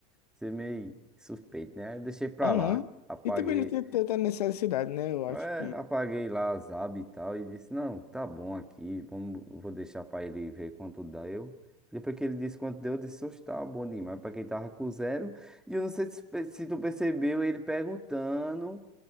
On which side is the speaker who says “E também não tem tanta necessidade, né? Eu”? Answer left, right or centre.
Left